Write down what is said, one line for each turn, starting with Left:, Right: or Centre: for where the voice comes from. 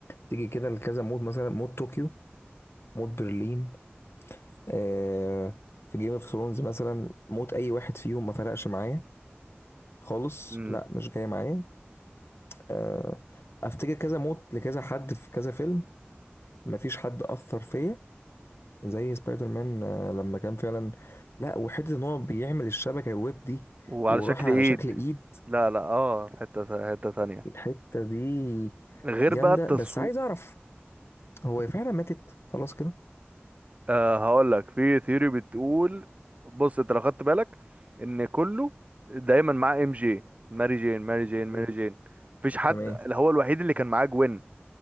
Left: تيجي كده لكذا مود مثلا مود طوكيو مود برلين آه في جيم اوف ثرونز مثلا موت اي واحد فيهم ما فرقش معايا خالص
Right: امم
Left: لا مش جاي معايا آه افتكر كذا موت لكذا حد في كذا فيلم ما فيش حد اثر فيا زي سبايدر مان آه، لما كان فعلا لا وحته ان هو بيعمل الشبكه الويب دي
Right: وعلى
Left: وراح
Right: شكل
Left: على
Right: ايد
Left: شكل ايد
Right: لا لا اه في حتة تا- حتة تانية
Left: الحته دي
Right: غير
Left: جامده
Right: بقى التصوير
Left: بس عايز اعرف هو هي فعلا ماتت خلاص كده
Right: آه هقول لك في ثيوري بتقول بص انت لو خدت بالك ان كله دايما معاه ام جي ماري جين ماري جين ماري
Left: ايوه
Right: جين مفيش حد
Left: تمام
Right: اللي هو الوحيد اللي كان معاه جوين